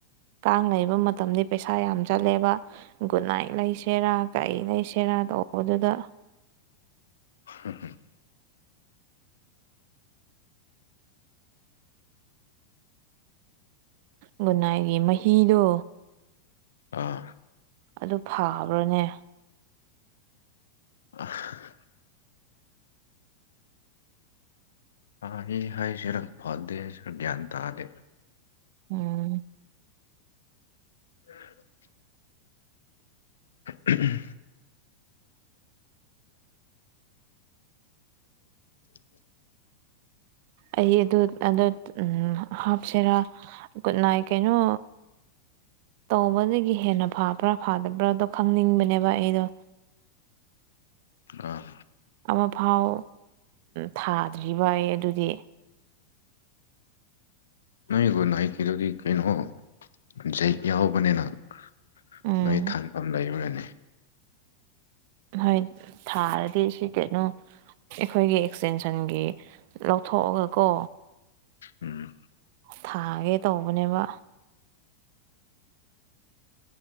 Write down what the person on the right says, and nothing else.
ꯀꯥꯡ ꯂꯩꯕ ꯃꯇꯝꯗꯤ ꯄꯩꯁꯥ ꯌꯥꯝ ꯆꯠꯂꯦꯕ ꯒꯨꯗ ꯅꯥꯏꯠ ꯂꯩꯁꯦꯔꯥ ꯀꯩ ꯂꯩꯁꯦꯔꯥ ꯇꯧꯕꯗꯨꯗ
ꯒꯨꯗꯅꯥꯏꯒꯤ ꯃꯍꯤꯗꯣ
ꯑꯗꯨ ꯐꯥꯕ꯭ꯔꯅꯦ
ꯎꯝ
ꯑꯩ ꯑꯗꯨ ꯑ ꯎ ꯍꯥꯞꯁꯤꯔꯥ ꯅꯥꯏꯀꯩꯅꯣ ꯇꯧꯕꯗꯒꯤ ꯍꯦꯟꯅ ꯐꯕ꯭ꯔꯥ ꯐꯥꯗꯕ꯭ꯔꯥꯗꯣ ꯈꯪꯅꯤꯡꯕꯅꯦꯕ ꯑꯩꯗꯣ
ꯑꯃꯐꯥꯎ ꯊꯥꯗ꯭ꯔꯤꯕ ꯑꯩ ꯑꯗꯨꯗꯤ
ꯎꯝ
ꯍꯣꯏ ꯊꯥꯔꯗꯤ ꯁꯤ ꯀꯩꯅꯣ ꯑꯩꯈꯣꯏꯒꯤ ꯑꯦꯛꯁꯇꯦꯟꯁꯟꯒꯤ ꯂꯧꯊꯣꯛꯑꯒ ꯀꯣ
ꯊꯥꯒꯦ ꯇꯧꯕꯅꯦꯕ